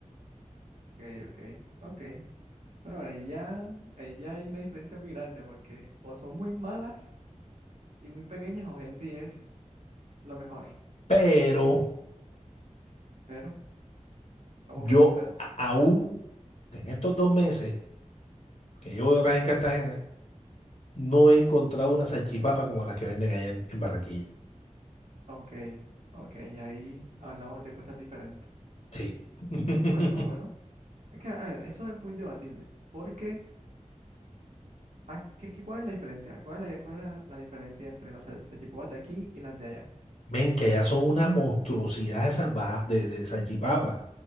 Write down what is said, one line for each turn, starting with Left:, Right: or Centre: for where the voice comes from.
Right: Ok, ok. Ok. Bueno, ahí ya, ahí ya hay una diferencia muy grande porque o son muy malas y muy pequeñas o Henry es lo mejor.
Left: Pero
Right: Pero, ¿cómo
Left: yo
Right: que hay un pero?
Left: a- aún, en estos dos meses que llevo de viaje en Cartagena, no he encontrado una salchipapa como las que venden allá en, en Barranquilla.
Right: Ok, ok, ahí hablamos de cosas diferentes.
Left: Sí. <laughs>
Right: Bueno, bueno, es que, a ver, eso es muy debatible. Porque, ¿a qué, qué- cuál es la diferencia? ¿Cuál es la, cuál es la, la diferencia entre las sal- salchipapas de aquí y las de allá?
Left: Men, que allá son una monstruosidad esas bajas de, de salchipapa.